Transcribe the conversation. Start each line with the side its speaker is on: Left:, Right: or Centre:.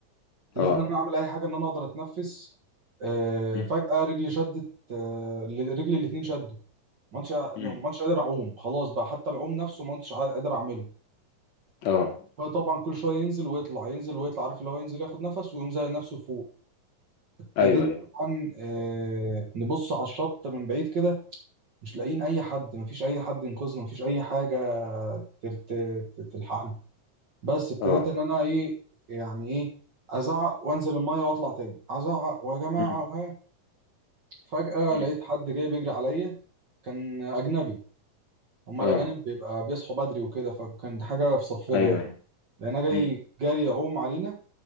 Right: ابتديت
Left: اه
Right: ان انا اعمل اي حاجه ان انا اقدر اتنفس آه،
Left: مم.
Right: فجاه رجلي شدت آه، رجلي الاتنين شدوا ما كنتش
Left: مم.
Right: ما كنتش قادر اعوم خلاص بقى حتى العوم نفسه ما كنتش قادر اعمله
Left: اه
Right: فطبعا كل شويه ينزل ويطلع ينزل ويطلع عارف اللي هو ينزل ياخد نفس ويقوم زي نفسه فوق ابتديت
Left: ايوه ايوه
Right: طبعا آه، نبص على الشط من بعيد كده مش لاقيين اي حد مفيش اي حد ينقذنا مفيش اي حاجه تر- ت- ت- تلحقنا بس ابتديت
Left: اه
Right: ان انا ايه يعني ايه ازعق وانزل الميه واطلع تاني ازعق ويا جماعه
Left: مم.
Right: وها فجأة
Left: مم.
Right: لقيت حد جاي بيجري عليا كان أجنبي
Left: مم.
Right: هما
Left: اه
Right: الأجانب بيبقى بيصحوا بدري وكده فكان دي حاجة في صفنا
Left: ايوه
Right: يعني
Left: ايوه
Right: لقينا جاي
Left: مم.
Right: جاري يعوم علينا